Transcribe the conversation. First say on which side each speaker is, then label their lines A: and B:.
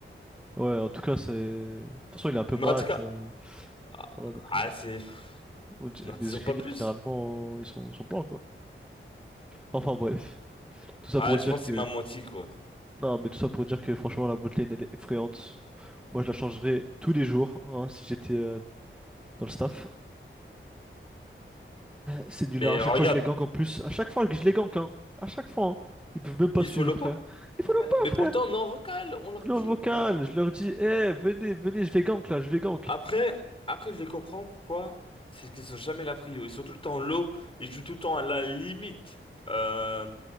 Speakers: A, in the centre; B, on the left.
A: Ouais, en tout cas, c'est. De toute façon,
B: <laughs>
A: il est un peu
B: Mais
A: mat.
B: en tout cas,
A: euh,
B: ah,
A: Voilà, donc.
B: ah,
A: euh,
B: c'est.
A: on dit-
B: N'en
A: Les
B: disons
A: Ukrainiens,
B: pas plus.
A: généralement, ils sont, sont blancs, quoi. Enfin, bref. Tout ça
B: Ah,
A: pour
B: je
A: dire
B: pense qu'il
A: que.
B: m'a menti, quoi.
A: Non, mais tout ça pour dire que, franchement, la botlane, elle est effrayante. Moi, je la changerais tous les jours, hein, si j'étais euh, dans le staff. C'est nul,
B: Mais
A: à chaque
B: euh, regarde,
A: fois, je les gank en plus. À chaque fois que je les gank, hein. À chaque fois, hein. Ils peuvent même pas
B: il
A: suivre,
B: follow pas.
A: frère. Il faut le
B: Ouais,
A: pas,
B: mais
A: frère.
B: pourtant, on est en vocal, on leur
A: On est
B: dit.
A: en vocal,
B: Mais non.
A: je leur dis, eh, venez, venez, je vais gank là, je vais gank.
B: Après, après, je les comprends pourquoi. C'est qu'ils sont jamais la prio. Ils sont tout le temps low. Ils jouent tout le temps à la limite. euh,